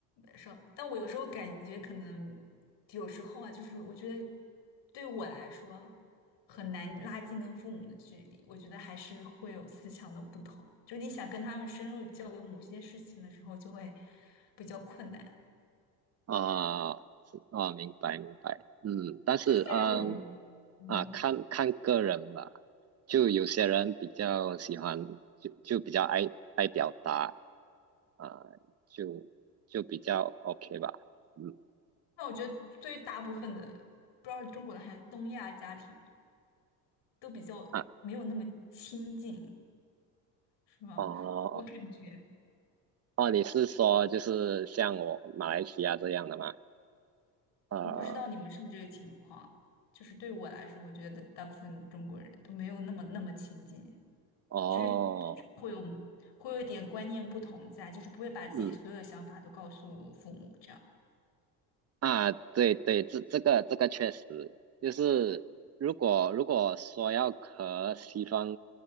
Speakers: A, on the left; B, on the right.
A: 是，但我有时候感觉可能有时候啊，就是我觉得对我来说很难拉近跟父母的距离，我觉得还是会有思想的不同，就是你想跟他们深入交流某些事情的时候，就会比较困难。
B: 啊，是啊，明白明白，嗯，但是嗯
A: 就虽然我们，嗯，
B: 啊，看看个人吧，就有些人比较喜欢，就就比较爱爱表达啊，就就比较 OK 吧，嗯
A: 那我觉得对于大部分的，不知道是中国的还是东亚家庭嘛，都比较没有那么亲近，
B: 啊
A: 是吗？
B: 哦
A: <laughs> 我感觉。
B: 哦，你是说就是像我马来西亚这样的吗？啊
A: 我不知道你们是不是这个情况，就是对我来说，我觉得大部分中国人都没有那么那么亲近，
B: 哦，
A: 就是多少会有会有一点观念不同在，就是不会把自己所有的想法都告诉父母，
B: 嗯。
A: 这样。
B: 啊，对对，这这个这个确实就是如果如果说要和西方